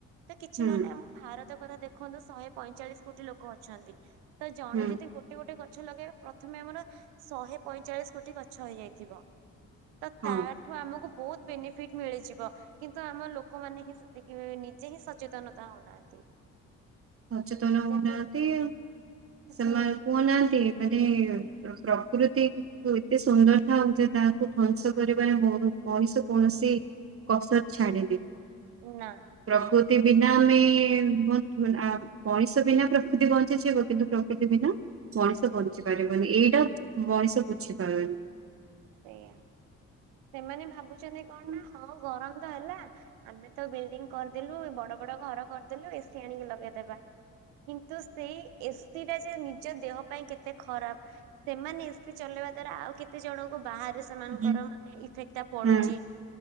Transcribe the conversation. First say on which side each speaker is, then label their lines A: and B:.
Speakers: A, on the right; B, on the right.
A: ତ କିଛି
B: ହୁଁ
A: ନହେଲେ ଆମ ଭାରତ କଥା ଦେଖନ୍ତୁ ଶହେ ପଇଁଚାଳିଶ କୋଟି ଲୋକ ଅଛନ୍ତି। ତ ଜଣେ
B: ହୁଁ
A: ଯଦି ଗୋଟ ଗୋଟେ ଗୋଟେ ଗଛ ଲଗେଇବ ପ୍ରଥମେ ଆମର ଶହେ ପଇଁଚାଳିଶ କୋଟି ଗଛ ହେଇଯାଇଥିବ। ତ
B: ହଁ
A: ତାଠୁ ଆମକୁ ବହୁତ ବେନିଫିଟ ମିଳିଯିବ। କିନ୍ତୁ ଆମ ଲୋକମାନେ ହିଁ ସେତିକି ନିଜେ ହିଁ ସଚେତନତା ହଉନାହାନ୍ତି।
B: ସଚେତନ ହଉ
A: ଯଦି
B: ନାହାନ୍ତି ଆଉ ସେମାନେ
A: ହୁଁ
B: <unintelligible> ଏମିତି ପ୍ରକୃତି ଏତେ ସୁନ୍ଦର ଥାଉ ଯେ ତାହାକୁ ଧ୍ଵଂସ କରିବାରେ ମଣିଷ କୌଣସି କସର ଛାଡିନି।
A: ନା।
B: ପ୍ରକୃତି ବିନା ଆମେ <unintelligible> ମଣିଷ ବିନା ପ୍ରକୃତି ବଞ୍ଚିଯିବ। କିନ୍ତୁ, ପ୍ରକୃତି ବିନା ମଣିଷ ବଞ୍ଚି ପାରିବନି। ଏଇଟା ମଣିଷ ବୁଝିପାରେନି।
A: ସେଇଆ ସେମାନେ ଭାବୁଛନ୍ତି କଣ
B: ହୁଁ
A: ନା ହଁ ଗରମ ତ ହେଲା ଆମେ ତ ବିଲଡିଙ୍ଗ କରିଦେଲୁ ବଡ ବଡ ଘର କରିଦେଲୁ। ଏ ସିି ଆଣିକି ଲଗେଇଦବା। କିନ୍ତୁ ସେଇ ଏ ସ ସେଇଟା ଯେ ନିଜ ଦେହ ପାଇଁ କେତେ ଖରାପ ସେମାନେ ଏ ସିି ଚଲେଇବା ଦ୍ଵାରା ଆଉ କେତେ ଜଣ ତ ବାହାରେ ସେମାନଙ୍କର
B: ହୁଁ
A: ମାନେ ଇଫେକ୍ଟ ଟା ପଡୁଛି
B: ହୁଁ